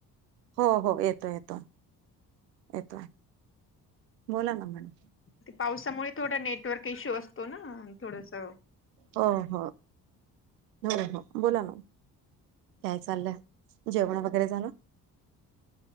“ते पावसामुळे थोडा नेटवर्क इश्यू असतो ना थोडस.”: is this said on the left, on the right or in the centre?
Left